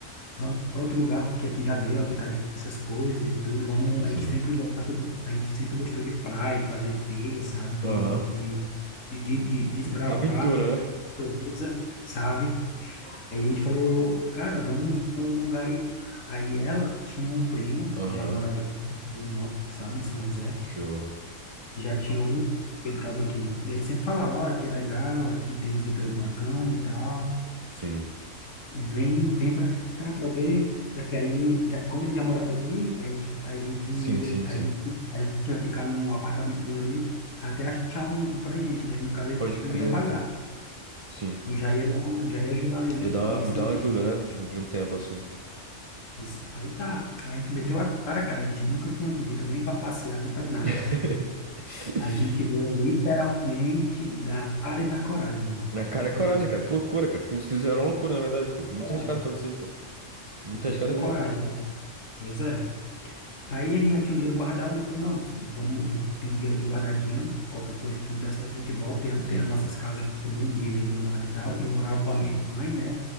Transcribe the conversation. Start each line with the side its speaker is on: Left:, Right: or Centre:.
Left: vamos para outro lugar, porque aqui já deu, aqui tá difícil essas coisas e tudo. Vamos,
Right: Sim,
Left: a gente sempre gosta, a gente sempre gostou de praia, de fazer trilha, sabe? De,
Right: aham.
Left: de, de, de desbravar
Right: Aventura, né?
Left: coisa, sabe? Aí a gente falou, cara, vamos pra um lugar aí. Aí ela tinha um primo
Right: Aham,
Left: que já morava aqui em Florianópolis, sabe, em São José.
Right: Show,
Left: Já tinha algum tempo que ele estava aqui. E Ele sempre falava, olha, aqui é legal, aqui tem uns empregos bacana e tal.
Right: sim,
Left: Vem, vem para cá para ver. É que aí, já- como ele já morava aqui, a gente, a gente,
Right: sim,
Left: ia-
Right: sim,
Left: a
Right: sim,
Left: gente, a gente ia ficar no apartamento dele ali até achar um, um pra gente, né? E no caso ele
Right: pode crer,
Left: não ia pagar.
Right: sim.
Left: Eu já ia dar, já ia ajudar ali né,
Right: Já dá
Left: nesse
Right: uma, dá
Left: meio.
Right: uma ajuda, né? De, de um tempo assim.
Left: Isso. Aí tá. A gente meteu a cara, cara. A gente nunca tinha vindo nem para passear, nem para nada.
Right: <laughs>
Left: A gente voa literalmente na cara e na coragem, irmão.
Right: Na
Left: Tu
Right: cara
Left: acre- tu
Right: é coragem,
Left: acredita?
Right: cara. Que loucura, cara. Fiz- Fizeram uma loucura, na verdade, pô. Muito
Left: Coragem.
Right: arriscado fazer isso aí, pô. Muito
Left: Tem
Right: arriscado
Left: que ter coragem,
Right: mesmo.
Left: né? Pois é. Aí a gente já tinha um dinheiro guardado, né? Falou, não, se- vamos, a gente tem um dinheiro ali guardadinho. Qualquer coisa, se não der certo, a gente volta. Tem,
Right: Sim,
Left: tem as nossas casas aqui mesmo, ninguém vendeu nada e tal. Eu morava com
Right: sim.
Left: a minha mãe, né?